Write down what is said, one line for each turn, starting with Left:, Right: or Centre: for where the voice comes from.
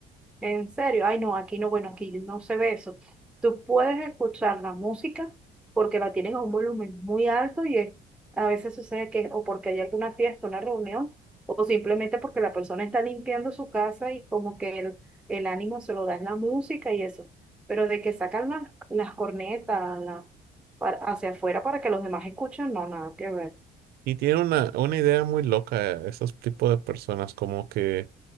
Centre: En serio, ay no, aquí no, bueno, aquí no se ve eso. Tú puedes escuchar la música porque la tienen a un volumen muy alto y es- a veces sucede que o porque hay alguna fiesta, una reunión, o simplemente porque la persona está limpiando su casa y como que el, el ánimo se lo da en la música y eso. Pero de que sacan las, las cornetas la- para- hacia afuera para que los demás escuchen, no, nada que ver.
Right: Y tienen una, una idea muy loca esos tipos de personas, como que